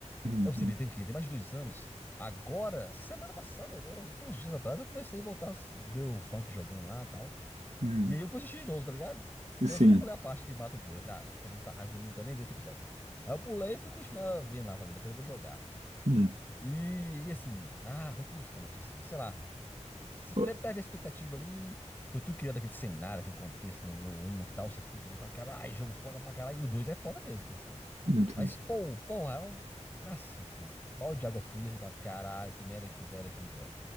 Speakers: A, on the right (about 65°); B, on the left (about 15°).
A: uhum,
B: Eu percebi, tem o quê? Tem mais de dois anos. Agora, essa semana passada, agora, poucos dias atrás, eu comecei a voltar a ver o funk jogando lá e tal.
A: uhum,
B: E aí eu fui assistir de novo, tá ligado?
A: Sim.
B: Eu só pulei a parte que mata o Johnny. Eu falei, ah, eu tomei tanta raiva que eu não quero nem ver esse episódio. Aí eu pulei e fui continuar vendo lá. Falei, depois eu vou jogar.
A: uhum.
B: E, e assim, ah, foi frustrante, assim, sei lá. Você
A: Ó,
B: perde a expectativa ali, foi tudo criando aquele cenário, aquele contexto no, no 1 e tal, você fica ali pra caralho, jogo foda pra caralho, e o 2 é foda mesmo, assim.
A: Entendi.
B: Mas, pô, porra, é um. Nossa, assim, balde de água fria, você fala, caralho, que merda que fizeram aqui, velho.